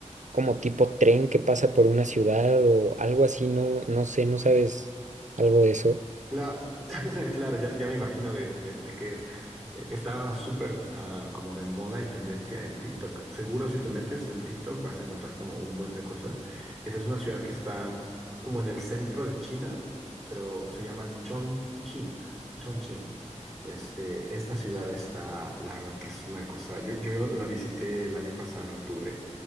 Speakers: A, on the right; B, in the centre.
A: como tipo tren que pasa por una ciudad o algo así, no, no sé, no sabes algo de eso.
B: La- <laughs> claro, ya, ya me imagino de, de, de qué es. Eh, Está súper ah, como de moda y tendencia en TikTok. Seguro si te metes en TikTok vas a encontrar como un buen de cosas. Esa es una ciudad que está como en el centro de China, pero se llama Chongqing. Chongqing. Este, esta ciudad está, la verdad que es una cosa, yo, yo la visité el año pasado en octubre